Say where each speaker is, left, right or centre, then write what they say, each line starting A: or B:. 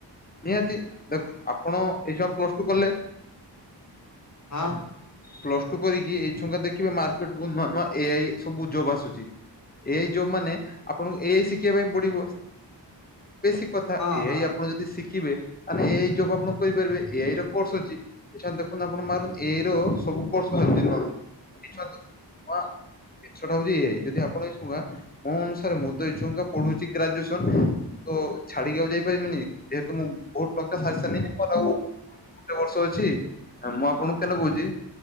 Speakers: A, on the left; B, on the left.
A: ନିହାତି ଦେଖ ଆପଣ ଏଇସୟ ପ୍ଲସ ଟୁ କଲେ
B: ହଁ।
A: ପ୍ଲସ ଟୁ କରିକି ଏଇ ଠୁଙ୍କା ଦେଖିବେ ମାର୍କେଟ କୁ ନୂଆ ନୂଆ ଏଆଇ ସବୁ ଜବ ଆସୁଛି। ଏଇ ଯୋଉ ମାନେ ଆପଣଙ୍କୁ ଏଇ ଶିଖିବା ପାଇଁ ପଡିବ ବେଶୀ କଥା
B: ହଁ
A: ଏ
B: ହଁ
A: ଆଇ ଆପଣ ଯଦି ଶି କରିବେ ଏଇ ଜବ ଆପଣ କରିପାରିବେ ଏଇ କୋ ଅଛି ଏ ଦେଖନ୍ତୁ ଆପଣ ମାରୁ ଏ <inaudible> ସବୁ କୋର୍ସ ବାହାର କ <inaudible> ଜିନିଷଟା ହଉଛି ଏ ଆଇ ଯଦି ଆପଣ ଛୁଆ ମୋ ଅନୁସାରେ ପଢୁଚି ଗ୍ରାଜୁଏସନ ମୁଁ ତ ଛାଡିକି ଆଉ ଯାଇପାରିବିନି ଯେହେତୁ ମୁଁ ବହୁତ ଟଙ୍କା ସାରି ସାରିଲିଣି ଗୋଟେ ବର୍ଷ ଅଛି, ମୁଁ ଆପଣଙ୍କୁ କେନ କହୁଛି